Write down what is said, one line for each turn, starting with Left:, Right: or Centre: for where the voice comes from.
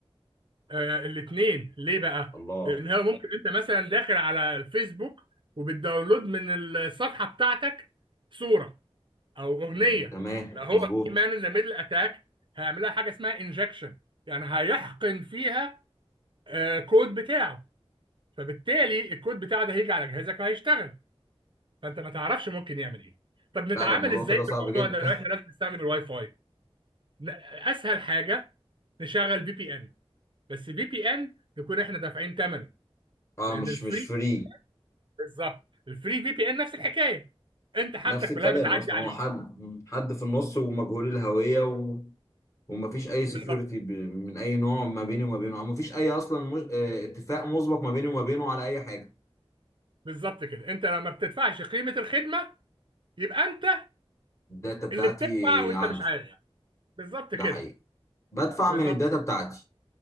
Right: آه الاثنين ليه بقى
Left: الله
Right: لان هو ممكن انت مثلا داخل على الفيسبوك وبتداونلود من الصفحه بتاعتك صوره او اغنيه
Left: مم، تمام
Right: لو هو
Left: مظبوط
Right: في مان ان ذا ميدل اتاك هيعملها حاجه اسمها انجكشن يعني هيحقن فيها آه كود بتاعه فبالتالي الكود بتاعه ده هيجي على جهازك وهيشتغل فانت ما تعرفش ممكن يعمل ايه طب نتعامل
Left: لا ده الموضوع
Right: ازاي
Left: كده صعب
Right: في الموضوع
Left: جدا
Right: ده لو احنا لازم نستخدم الواي فاي لا اسهل حاجه نشغل في بي ان بس في بي ان نكون احنا دافعين ثمنه
Left: <laughs> اه
Right: لان
Left: مش
Right: الفري
Left: مش فري
Right: بالظبط الفري في بي ان نفس الحكايه انت حاجتك
Left: نفس الكلام
Right: كلها بتعدي
Left: اصلا
Right: عليه
Left: هو حد مم، حد في النص ومجهول الهوية و... ومفيش اي
Right: بالظبط
Left: سكيورتي من اي نوع ما بيني وما بينه او مفيش اي اصلا مج... آه، اتفاق مسبق ما بيني وما بينه على اي حاجه
Right: بالظبط كده انت لما بتدفعش قيمه الخدمه يبقى انت
Left: الداتا بتاعتي
Right: اللي بتدفع وانت
Left: عنده
Right: مش عارف بالظبط
Left: ده
Right: كده
Left: حقيقي بدفع
Right: بالظبط
Left: من الداتا بتاعتي